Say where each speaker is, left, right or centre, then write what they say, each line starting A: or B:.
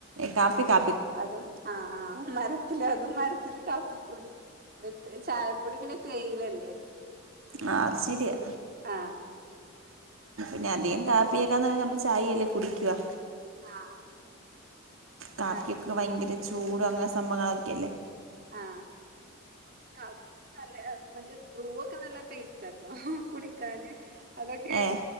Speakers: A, on the right; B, on the right.
A: കാപ്പി കാ
B: അതും ആ ആ മരത്തില് അതും മരത്തില് കാപ്പിക്കുരു അ ചായപ്പൊടി പിന്നെ കയിലല്ലേ
A: ആ അത് ശരിയാ
B: ആ
A: പിന്നെ അധികംകാപ്പിയേക്കാൾ നല്ല നമ്മൾ ചായയല്ലേ കുടിക്കുവാ
B: ആഹ്
A: കാപ്പിയൊക്കെ
B: ചായപ്പൊടി
A: ഭയങ്കര ചൂട അങ്ങനെ സംഭവങ്ങൾ ഒക്കെ അല്ലേ
B: ആ കാപ്പി നല്ല മറ്റേ ബ്രൂവൊക്കെ നല്ല ടേസ്റ്റ്ആട്ടോ കുടിക്കാന് അതൊക്കെ
A: ഏഹ്